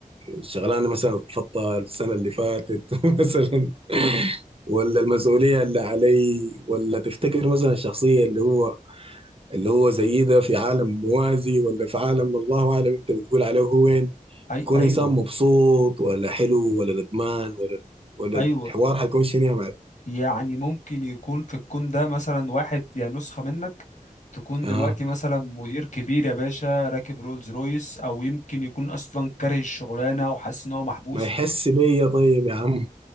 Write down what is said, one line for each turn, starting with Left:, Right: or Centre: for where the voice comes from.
Right: الشغلانه مثلا اترفضتها السنه اللي فاتت <laughs> مثلا ولا المسؤوليه اللي علي ولا تفتكر مثلا الشخصيه اللي هو اللي هو زي ده في عالم موازي ولا في عالم الله اعلم انت بتقول عليه هو وين
Left: اي
Right: يكون
Left: ايوه
Right: انسان مبسوط ولا حلو ولا ندمان ولا ولا
Left: ايوه
Right: الحوار حيكون شنو يا معلم
Left: يعني ممكن يكون في الكون ده مثلا واحد يا نسخة منك تكون
Right: اه
Left: دلوقتي مثلا مدير كبير يا باشا راكب رولز رويس او يمكن يكون اصلا كاره الشغلانه وحاسس ان هو محبوس
Right: ما يحس بيا طيب يا عم